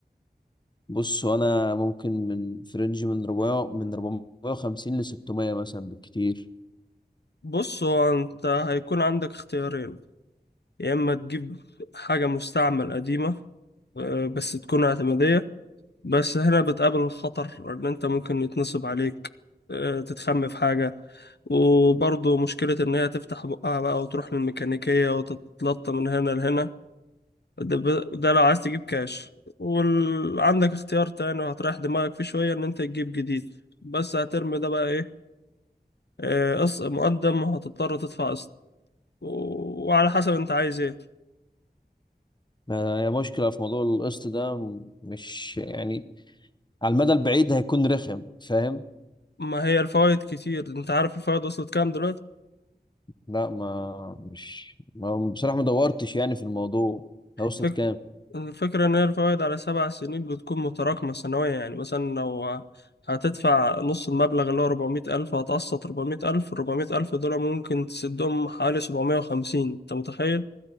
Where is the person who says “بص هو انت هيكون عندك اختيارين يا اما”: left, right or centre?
Left